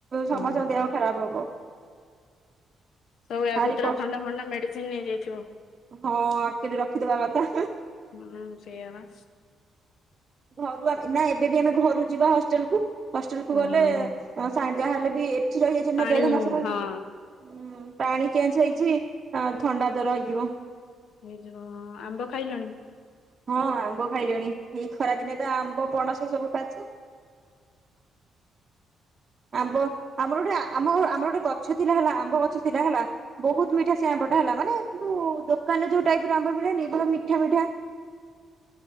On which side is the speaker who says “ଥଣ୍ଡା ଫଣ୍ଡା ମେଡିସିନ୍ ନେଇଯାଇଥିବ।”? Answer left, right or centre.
Left